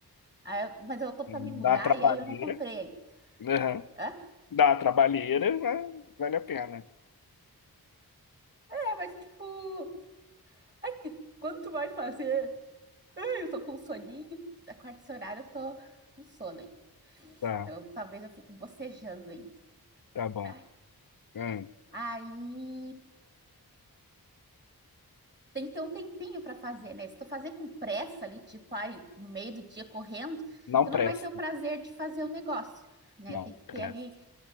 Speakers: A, on the right (about 25°); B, on the left (about 60°).
A: Aí eu- mas eu tô
B: Dá
A: para me mudar
B: uma trabalheira.
A: e aí eu não comprei.
B: Aham.
A: Hã?
B: Dá uma trabalheira, mas vale a pena.
A: É, mas tipo, é que quando tu vai fazer, Ai, eu tô com soninho, acorda esse horário, eu tô com sono ainda.
B: Tá,
A: Então talvez eu fique bocejando ainda.
B: tá bom.
A: Ai.
B: Hum,
A: Aí, tem que ter um tempinho para fazer, né? Se tu fazer com pressa ali, tipo, ai, no meio do dia correndo,
B: Não
A: tu
B: presta.
A: não vai ter o prazer de fazer o negócio, né?
B: Não
A: Tem que
B: presta.
A: ter ali